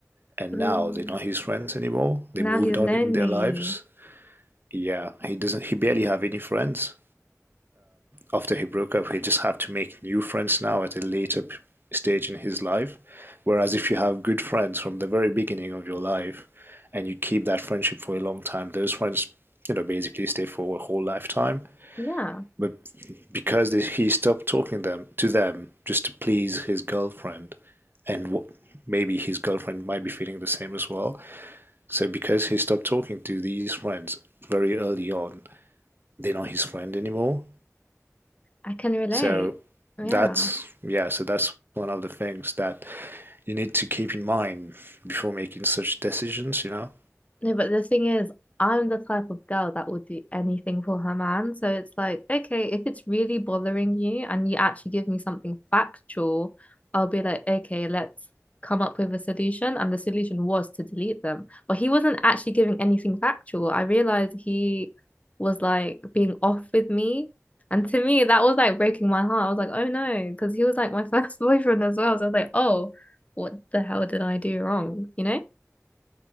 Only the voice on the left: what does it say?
mm.
Now
he's
lonely.
Yeah.
I can relate.
Yeah.
No, but the thing is, I'm the type of girl that would do anything for her man. So it's like, okay, if it's really bothering you and you actually give me something factual, I'll be like, okay, let's come up with a solution. And the solution was to delete them. But he wasn't actually giving anything factual. I realized he was like being off with me. And to me, that was like breaking my heart. I was like, oh no, because he was like my <laughs> first boyfriend as well. So I was like, oh, what the hell did I do wrong? You know?